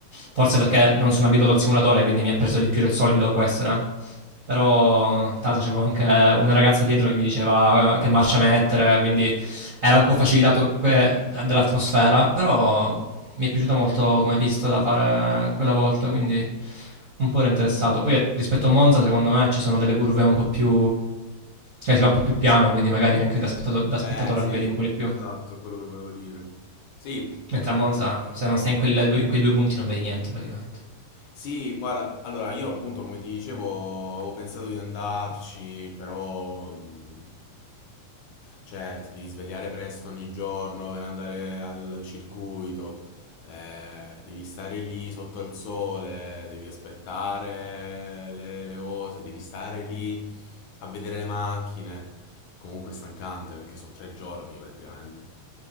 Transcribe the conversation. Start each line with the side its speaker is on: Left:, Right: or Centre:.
Right: forse perché non sono abituato al simulatore, quindi mi ha preso di più del solito, può essere. eh. Però tra l'altro c'avevo anche una ragazza dietro che mi diceva eh, che marcia mettere, quindi era un po' facilitato que- dall'atmosfera, però mi è piaciuta molto come pista da fare quella volta, quindi un po' ero interessato. Poi rispetto a Monza, secondo me ci sono delle curve un po' più. cioè si va un po' più piano, quindi magari anche da, spettato- da spettatore
Left: Eh sì,
Right: la vedi un po' di più.
Left: esatto, è quello che volevo dire. Sì.
Right: Mentre a Monza, se non stai in, quelle due- in quei due punti, non vedi niente praticamente.
Left: Sì, guarda, allora io appunto come ti dicevo avevo pensato di andarci, però mh, cioè ti devi svegliare presto ogni giorno per andare al, al circuito, eh, devi stare lì sotto al sole, devi aspettare le, le cose, devi stare lì a vedere le macchine. Comunque è stancante perché sono tre giorni praticamente.